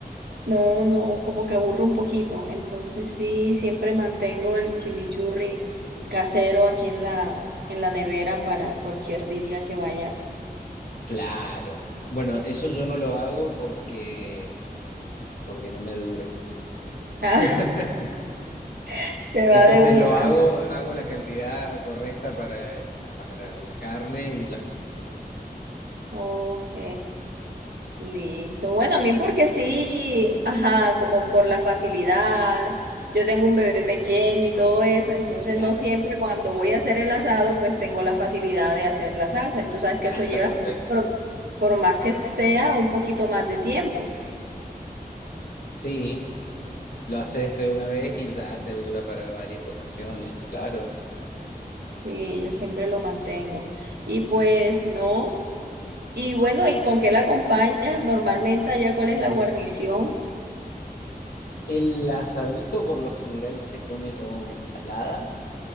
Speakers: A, on the right; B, on the left.
A: no, no, como que aburro un poquito. Entonces sí, siempre mantengo el chimichurri casero aquí en la, en la nevera para cualquier día que vaya
B: claro. Bueno, eso yo no lo hago porque, porque no me dura.
A: Ah,
B: <laughs>
A: <laughs> se va
B: Entonces
A: de una.
B: lo hago, hago la cantidad correcta para, el- para la carne y ya,
A: Ok, listo. Bueno, a mí porque sí, ajá, como por la facilidad. Yo tengo un bebé pequeño y todo eso, entonces
B: claro.
A: no siempre cuando voy a hacer el asado, pues tengo la facilidad de hacer la salsa. Y tú sabes que
B: Ah,
A: eso
B: está
A: lleva,
B: perfecto.
A: por, por más que sea, un poquito más de tiempo.
B: Sí, lo haces de una vez y ya te dura para varias ocasiones, claro.
A: Sí, yo siempre lo mantengo. Y pues no. Y bueno, ¿y con qué la acompañas? Normalmente allá, ¿cuál es la guarnición?
B: El asadito por lo general se come con ensalada,